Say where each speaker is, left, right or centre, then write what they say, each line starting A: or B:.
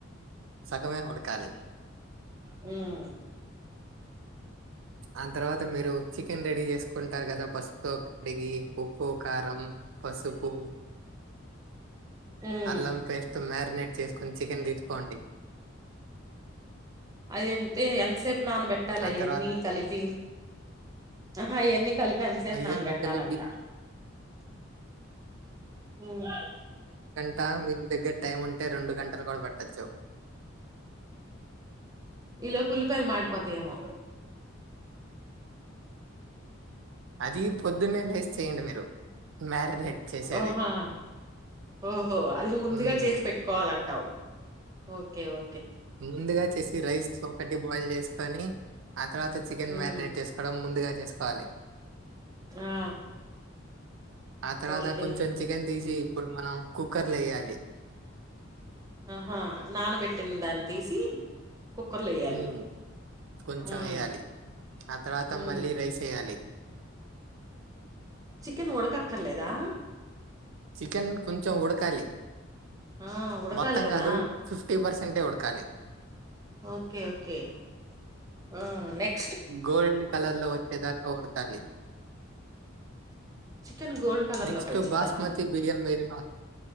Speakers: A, on the right; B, on the right.
A: సగమే ఉడకాలి
B: హ్మ్
A: ఆ తర్వాత మీరు చికెన్ రెడీ చేసుకుంటారు కదా పసుపు తో కడిగి ఉప్పు కారం పసుపు
B: ఉమ్
A: అల్లం పేస్ట్ మేర్నేట్ చేసుకొని చికెన్ తీసుకోండి
B: అది ఎంతే ఎంతసేపు నానబెట్టాలి
A: ఆ
B: అయన‌్నీ
A: తర్వాత
B: కలిపి అహా అయన్నీ కలిపి ఎంతసేపు
A: ఇవన్నీ
B: నానబెట్టాలంట
A: కలిపి
B: హ్మ్
A: ట మీకు దగ్గర టైమ్ ఉంటే రెండు గంటలు కూడా పెట్టచ్చు
B: ఈలోపు ఉల్లిపాయలు మాడిపోతయోమో
A: అది పొద్దున్నే లేసి చేయండి మీరు మ్యారినేట్ చేసేది
B: ఆహా ఓహో అది ముందుగా
A: మ్మ్
B: చేసి పెట్టుకోవాలం ఓకే ఓ
A: ముందుగా చేసి రైస్ ఒకటి బాయిల్ చేసుకొని ఆ తర్వాత చికెన్
B: ఉమ్
A: మ్యారినేట్ చేసుకోవడం ముందుగా చేసుకోవాలి
B: ఆ
A: ఆ తర్వాత
B: ఓకే
A: కొంచెం చికెన్ తీసి ఇప్పుడు మనం కుక్కర్ లో వేయాలి లీ
B: ఆహా నానబెట్టిద‌్దాన‌్ని తీసి కుక్కర్లో వేయాలి
A: హ్మ్ కొంచెం
B: ఉమ్
A: వెయ్యాలి ఆ తర్వాత
B: ఉమ్
A: మళ్ళీ రైస్ వెయ్యాలి
B: చికెన్ ఉడకక్కర్లేదా?
A: చికెన్ కొంచెం ఉడకాలి
B: ఆ ఉడకాలి
A: మొత్తం
B: కదా
A: కాదు ఫిఫ్టీ పర్సె తంటే ఉడుకాలి
B: ఓకే ఓకే ఆ నెక్స్ట్
A: గోల్డ్ కలర్ లో వచ్చేదాకా ఉడతకాలి
B: చికెన్ గోల్డ్ కలర్
A: నెక్స్ట్
B: లోకి వచ్చిద్దా
A: బాస్మతి బిడియావా